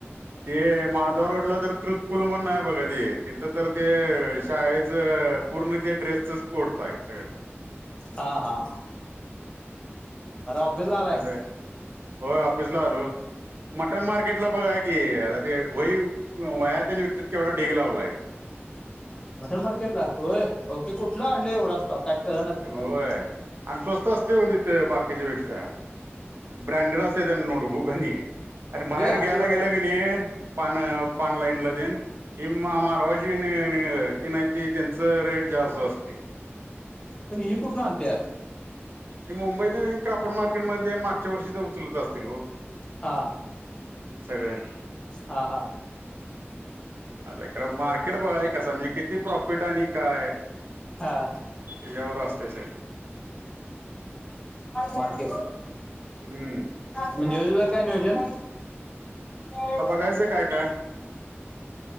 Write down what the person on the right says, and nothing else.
ते माधंव रोडलां तरं त्रृत्पुंल म्हणूंन आहे बघां ते तिथं तरं ते शाळेचं पूर्ण ते ड्रेसचं पूर्ण कोडं सगळं पाहिजे
कसं आहे होयं ऑफिसणं आलों मटंन मार्केट लां बघां की आंता ते वही वह्यां तेन विकतांत केवडां ढिगं लावलांय. <unintelligible>
होय
आणि स्वस्त असते हो तिथं बाकीच्या पेक्षा ब्रँडेड असते त्यांना नोटबुंक आणि आणि बाहेर
घ्यांयला
गेलं की नाहीं पानं पानं लाईनलां देईन हि मारवाशी ते नाहीती त्यांच रेट जास्तं असते.
ते मुंबईत कांपड मार्केटमध्यें मागच्यां वर्षीच उचलंत असतील ओ
सगळंच
आं खरं मार्केट बघां एक कसं म्हणजे किती प्रॉफिट आणि कांय
त्योज्यांवर असते सगळं
हम्म आता
बघायचं काय काय